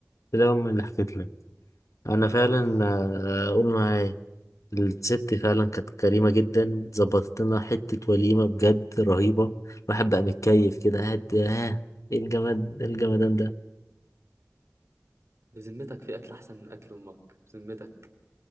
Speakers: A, on the left (about 80°); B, on the right (about 65°).
A: لا امي اللي حكيت لك انا
B: اه
A: فعلا آه، قول معايا الست فعلا كانت كريمه جدا ظبطت لنا حته وليمه بجد رهيبه الواحد بقى متكيف كده قاعد ها ايه الجماد إيه الجمدان ده
B: بذمتك في اكل احسن من اكل امك بذمتك